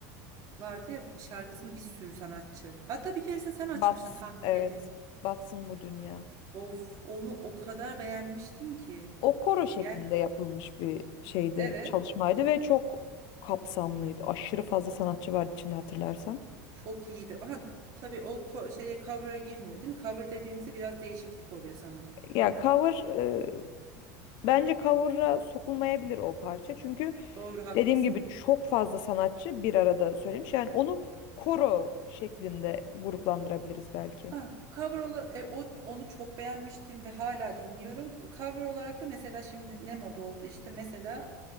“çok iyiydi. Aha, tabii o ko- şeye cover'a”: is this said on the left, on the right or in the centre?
Right